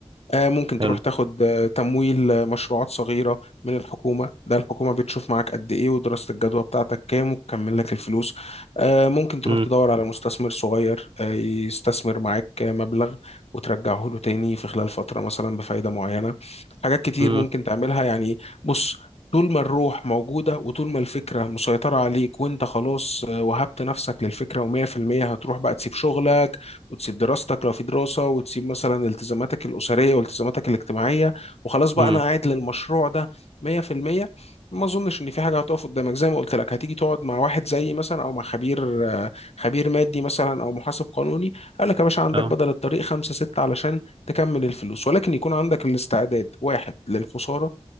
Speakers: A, on the left (about 65°); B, on the right (about 50°).
A: آه، ممكن تروح
B: حلو
A: تاخد آه، تمويل آه، مشروعات صغيرة من الحكومة ده الحكومة بتشوف معاك قد إيه ودراسة الجدوى بتاعتك كام وتكمل لك الفلوس آه، ممكن تروح
B: امم
A: تدور على مستثمر صغير آه، يستثمر معاك آه، مبلغ وترجعه له تاني في خلال فترة مثلا بفايدة معينة حاجات كتير
B: امم
A: ممكن تعملها يعني بص طول ما الروح موجودة وطول ما الفكرة مسيطرة عليك وانت خلاص آه، وهبت نفسك للفكرة ومية في المية هتروح بقى تسيب شغلك وتسيب دراستك لو في دراسة وتسيب مثلا التزاماتك الأسرية والتزاماتك الاجتماعية وخلاص بقى
B: امم
A: أنا قاعد للمشروع ده 100% ما اظنش ان في حاجه هتقف قدامك زي ما قلت لك هتيجي تقعد مع واحد زيي مثلا او مع خبير آه، خبير مادي مثلا او محاسب قانوني قال لك يا باشا عندك
B: اه
A: بدل الطريق خمسة ستة علشان تكمل الفلوس ولكن يكون عندك الاستعداد واحد للخسارة